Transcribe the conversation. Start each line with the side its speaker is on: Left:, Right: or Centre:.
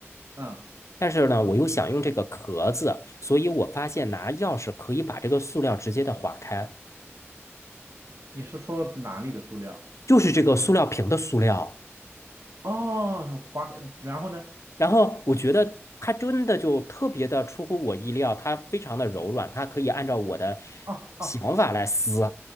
Right: 嗯，
Left: 但是呢，我又想用这个壳子，所以我发现拿钥匙可以把这个塑料直接的划开，
Right: 你是说哪里的塑料？
Left: 就是这个塑料瓶的塑料。
Right: 哦，花，然后呢？
Left: 然后我觉得它真的就特别的出乎我意料，它非常的柔软，它可以按照我的
Right: <laughs> 哦哦，
Left: 想法来撕。